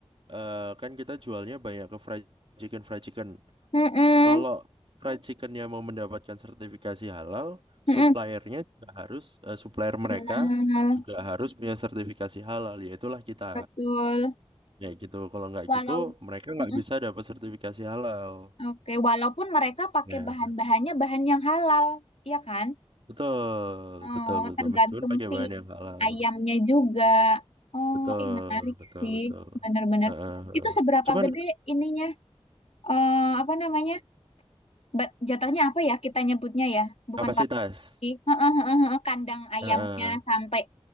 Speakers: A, on the right (about 60°); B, on the left (about 75°).
A: eh, kan kita jualnya banyak ke fried chicken fried chicken.
B: Mm-mm,
A: Kalau fried chickennya mau mendapatkan sertifikasi halal,
B: mm-mm.
A: suppliernya juga harus eh, supplier
B: Halal,
A: mereka juga harus punya sertifikasi halal, yaitulah kita.
B: betul.
A: Ya gitu, kalau nggak
B: Walau
A: gitu mereka nggak
B: mm-mm.
A: bisa dapat sertifikasi halal.
B: Oke, walaupun mereka pakai
A: Ya,
B: bahan-bahannya bahan yang halal, ya kan?
A: betul,
B: Oh,
A: betul, betul.
B: tergantung
A: Meskipun pakai
B: si
A: bahan yang halal,
B: ayamnya juga. Oh,
A: betul,
B: ih menarik
A: betul,
B: sih,
A: betul.
B: bener-bener.
A: Heeh, heeh.
B: Itu seberapa
A: Cuman
B: gede ininya? Eh, apa namanya? Ba- Jatuhnya apa ya kita nyebutnya ya? Bukan
A: Kapasitas.
B: sih. Heeh, heeh, heeh, Kandang ayamnya
A: Heeh.
B: sampai